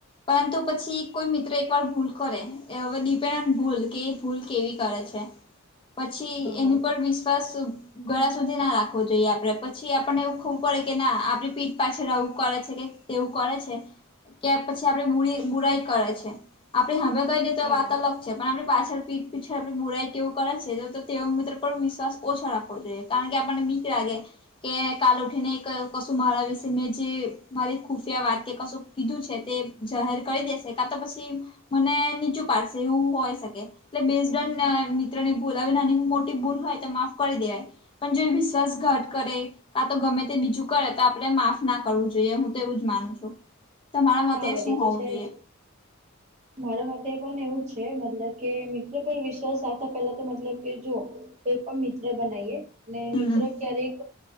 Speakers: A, on the left; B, on the right.
A: પરંતુ પછી કોઈ મિત્ર એક વાર ભૂલ કરે. એ હવે ડિપેન્ડ ઓન ભૂલ કે ભૂલ કેવી કરે છે. પછી
B: હા હા
A: એની પર વિશ્વાસ ઘળ સુધી ના રાખે. રાવો જોઈએ આપડે પછી આપણને એવું ખવું પડે કે ના આપડી પીઠ પાછ રવું કરે છે કે તેવું કરે છે. કે પછી આપડે બુરી બુરાઈ કરે છે, આપડે હવે કઈ દે તો
B: હા
A: વાત
B: હા
A: અલગ. પણ આપડી પાછળ પીઠ પીછળ આપ બુરાઈ કેવું કરે છે તો તે મિત્ર પર વિશ્વાસ ઓછો રાખવો જોઈએ. કારણ કે આપણને મીક રાગે. કે કાલ ઉઠીને કશું મારા વિશે મેં જે મારી ખુફિયા વાત કે કશું કીધું છે તે જાહેર કરી દેશે કાતો પછી મને, નીચું પાડશે એવું હોય શકે. એટલે બેજગન મિત્રોની ભૂલ નાની-મોટી ભૂલ હોય તો માફ કરી દેવાય. પણ જે વિશ્વાસઘાત કરે. કા તો ગમે તે બીજું કરે તો આપણે માફ ના કરવું જોઈએ હું તો એવું જ માનું છું. તમારા મતે
B: હા વરી
A: શું
B: તો
A: હોવું
B: છે
A: જોઈએ?
B: જ મારા માટે પણ એવું છે, મતલબ કે મિત્રો પર વિશ્વાસ આવતા પેલા તો મતલબ કે જો. કોઈ પણ મિત્ર બનાવીએ, ને
A: હમ
B: મિત્ર ક્યારેક